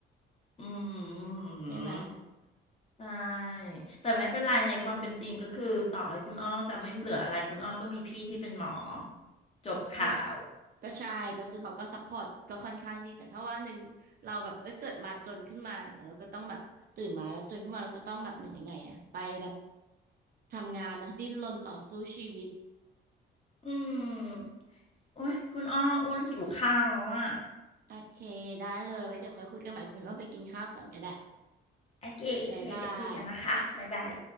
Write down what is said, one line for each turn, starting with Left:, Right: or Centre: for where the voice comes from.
Left: อืม
Right: ใช่ไหม
Left: ใช่แต่ไม่เป็นไรในความเป็นจริงก็คือต่อให้คุณอ้อจะไม่เหลืออะไรคุณอ้อก็มีพี่ที่เป็นหมอจบข่าว
Right: ก็ก็ใช่ก็คือเขาก็ซัพพอร์ตก็ค่อนข้างดีแต่ถ้าว่าหนึ่งเราแบบเอ้ยเกิดมาจนขึ้นมาอย่างเงี้ยเราก็ต้องแบบตื่นมาแล้วจนขึ้นมาเราก็ต้องแบบเหมือนยังไงอะไปแบบทำงานเนาะดิ้นรนต่อสู้ชีวิต
Left: อืมโอ้ยคุณอ้ออ้วนหิวข้าวแล้วอ่ะ
Right: โอเคได้เลยไว้เดี๋ยวค่อยคุยกันใหม่คุณอ้วนไปกินข้าวก่อนก็ได้
Left: โอเคโอเคเดี๋ยวคุยกันนะคะบ๊ายบาย
Right: บ๊ายบาย